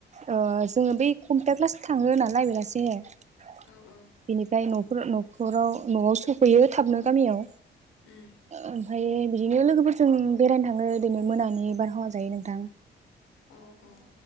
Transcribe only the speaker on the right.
ओ जोङो बै कम्पिउटार क्लास थाङो नालाय बेलासे। बेनिफ्राय
न फोर न'खराव न'आव सफैयो थाबनो गामियाव।
ओमफ्रायो बिदिनो लोगोफोरजों बेरायनो थाङो ओदिनो मोनानि बारहावा जायो नोंथां